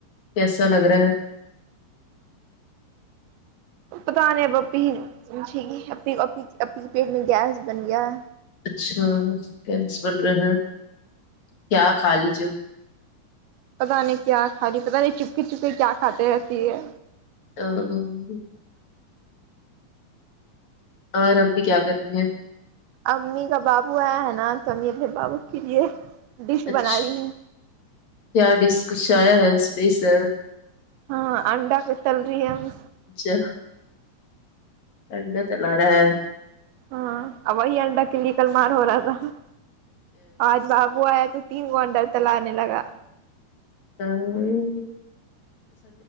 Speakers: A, on the left; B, on the right.
A: کیسا لگ رہا ہے
B: پتا نہیں اب اپپی جی اپی اپپی کے پیٹ میں گیس بن گیا
A: اچھا کیس بن رہے ہیں کیا کھا لی جو
B: پتا نہیں کیا کھالی پتا نہیں چپکے چپکے کیا کھاتے رہتی ہے
A: <unintelligible> اور امی کیا کر رہی ہیں
B: امی کا بابو آیا ہے نا تو امی اپنے بابو کے لیے ڈش
A: اچھا
B: بنا رہی ہیں
A: کیا ڈش کچھ آیا ہے اسپیشل
B: ہاں انڈا بھی تلری ہے امی
A: اچھا انڈا تالا رہ ہے
B: ہاں وہی انڈا کے لیے کل مار ہو رہا تھا آج بابو آیا تو تین وہ انڈا تلانے لگا
A: <unintelligible>